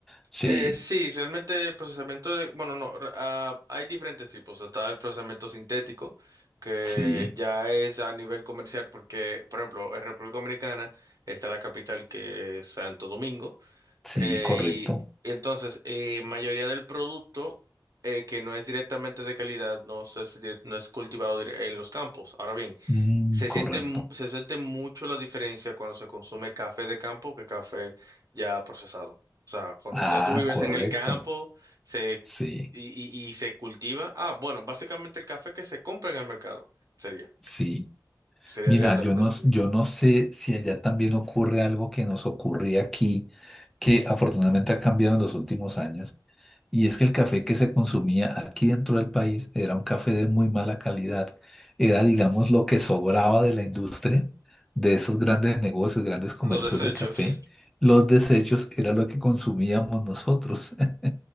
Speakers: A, in the centre; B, on the right.
A: Sí,
B: Eh, sí, realmente el procesamiento de, bueno, no, re- ah, hay diferentes tipos. Está el procesamiento sintético, que
A: sí,
B: ya es a nivel comercial, porque, por ejemplo, en República Dominicana está la capital que es Santo Domingo,
A: sí,
B: eh,
A: correcto.
B: y entonces, eh, mayoría del producto eh, que no es directamente de calidad, no se- no es cultivado dire- en los campos. Ahora bien,
A: Mm,
B: se
A: correcto.
B: siente, mu- se siente mucho la diferencia cuando se consume café de campo que café ya procesado. O sea, cuando
A: Ah,
B: ya tú vives
A: correcto.
B: en el campo se,
A: Sí,
B: y, y- y se cultiva. Ah, bueno, básicamente el café que se compra en el mercado sería.
A: sí.
B: Sería
A: Mira,
B: directamente
A: yo no,
B: así.
A: yo no sé si allá también ocurre algo que nos ocurría aquí, que afortunadamente ha cambiado en los últimos años, Y es que el café que se consumía aquí dentro del país era un café de muy mala calidad. Era, digamos, lo que sobraba de la industria, de esos grandes negocios, grandes comercios
B: Los desechos.
A: de café. Los desechos era lo que consumíamos nosotros. <laughs>